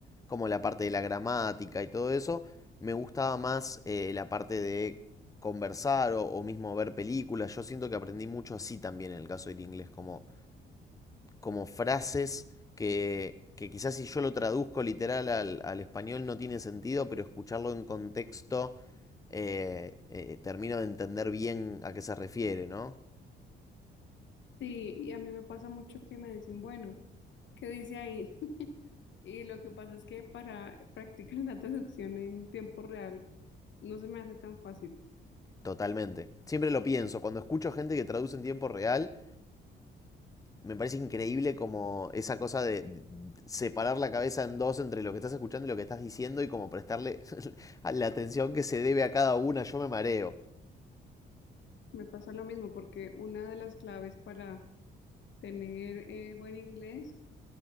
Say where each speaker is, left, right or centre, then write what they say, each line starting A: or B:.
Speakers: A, on the left; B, on the left.
A: como la parte de la gramática y todo eso. Me gustaba más eh, la parte de conversar o, o mismo ver películas. Yo siento que aprendí mucho así también en el caso del inglés, como como frases que, que quizás si yo lo traduzco literal al, al español no tiene sentido, pero escucharlo en contexto eh, eh, termino de entender bien a qué se refiere, ¿no?
B: Sí, y a mí me pasa mucho que me dicen, bueno, ¿qué dice ahí? <laughs> Y lo que pasa es que para practicar <laughs> la traducción en tiempo real no se me hace tan fácil.
A: Totalmente. Siempre lo pienso, cuando escucho gente que traduce en tiempo real, me parece increíble como esa cosa de separar la cabeza en dos entre lo que estás escuchando y lo que estás diciendo y como prestarle <laughs> la atención que se debe a cada una, yo me mareo.
B: Me pasa lo mismo porque una de las claves para tener eh, buen inglés